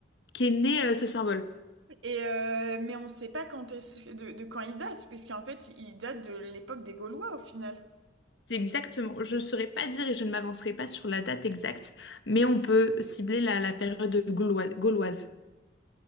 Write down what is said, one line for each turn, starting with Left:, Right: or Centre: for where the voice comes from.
Left: qu'est né euh, ce symbole.
Right: Et euh, mais on ne sait pas quand est-ce- de, de quand il date, puisqu'en fait, il date de l'époque des Gaulois au final.
Left: C'est
Right: Ou-
Left: exactement. Je ne saurais pas dire et je ne m'avancerai pas sur la date exacte, mais on peut cibler la, la période gauloise. gauloise.